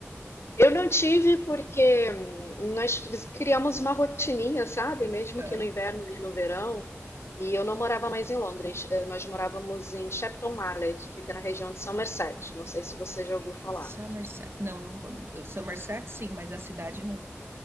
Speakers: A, on the left; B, on the right.
A: Eu não tive porque hum, nós criamos uma rotininha, sabe? Mesmo
B: Ah,
A: que no inverno e no verão, e eu não morava mais em Londres, Eh, nós morávamos em Shepton Mallet, fica na região de Somerset. Não sei se você já ouviu falar.
B: Somerset, não, não, eu- Somerset sim, mas a cidade não.